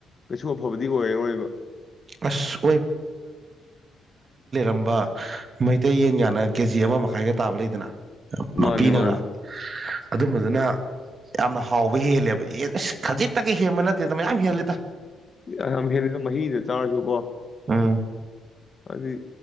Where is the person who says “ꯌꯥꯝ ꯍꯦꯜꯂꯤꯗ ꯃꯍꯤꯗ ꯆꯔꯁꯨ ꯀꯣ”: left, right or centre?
Left